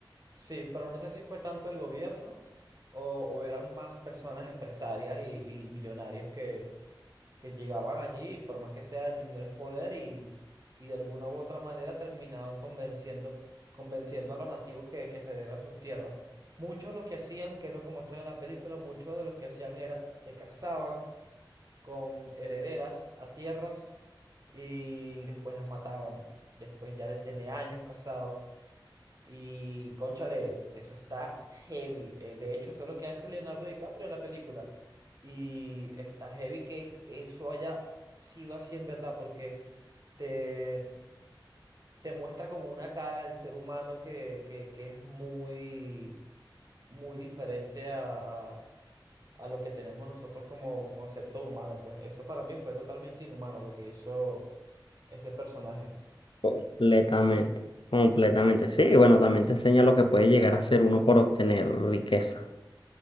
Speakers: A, on the right (about 45°); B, on the left (about 80°).
A: Sí, pero no sé si fue tanto el gobierno o, o eran más personas empresarias y, y millonarios que que llegaban allí, por más que sea, el dinero es poder y, y de alguna u otra manera terminaban convenciendo, convenciendo a los nativos que, que cedieran sus tierras. Muchos lo que hacían, que es lo que muestran en la película, muchos de los que hacían era se casaban con herederas a tierras y después las mataban, después ya de tener años casados. Y cónchale, eso está heavy. Eh, de hecho, eso es lo que hace Leonardo DiCaprio en la película. Y está heavy que eso haya sido así en verdad, porque te, te muestra como una cara del ser humano que, que, que es muy, muy diferente a, a, a lo que tenemos nosotros como concepto humano. Pues eso para mí fue totalmente inhumano lo que hizo ese personaje.
B: Completamente, completamente. Sí, y bueno, también te enseña lo que puede llegar a ser uno por obtener riqueza.